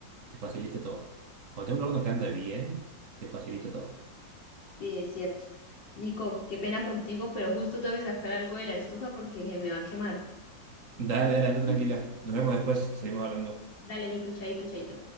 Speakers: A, on the right (about 50°); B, on the left (about 70°).
A: te facilita todo. Cuando tengo un horno que anda bien, te facilita todo.
B: Sí, es cierto. Nico, qué pena contigo, pero justo tengo que sacar algo de la estufa porque se me va a quemar.
A: Dale, dale, anda tranquila.
B: <laughs>
A: Nos vemos después, seguimos hablando.
B: Dale, Nico, chaito, chaito.